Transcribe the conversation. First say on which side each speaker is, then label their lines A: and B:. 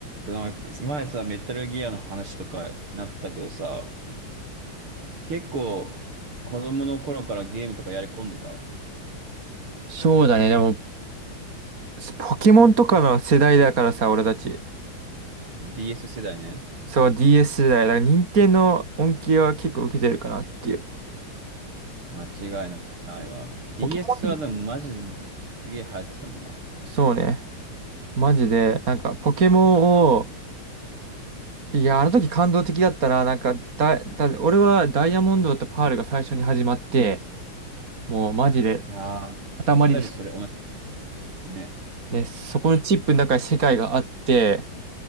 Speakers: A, on the right; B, on the right.
A: その前さ、メタルギアの話とかなったけどさ、結構子供の頃からゲームとかやり込んでた
B: そうだね。でも、ポケモンとかの世代だからさ、俺たち。
A: ?DS 世代ね。
B: そう、DS 世代。だから、任天堂の恩恵は結構受けてるかなっていう。
A: 間違いないわ。DS
B: ポケモン
A: はでもマジですげえ流行ってたもんな。
B: そうね。マジで、なんか、ポケモンを、いや、あの時感動的だったな。なんかだ、だ、俺はダイヤモンドとパールが最初に始まって、もうマジで、
A: いやー、ぴったりそれ同じ。
B: 塊でし
A: ね、
B: ね、そこのチップの中に世界があって、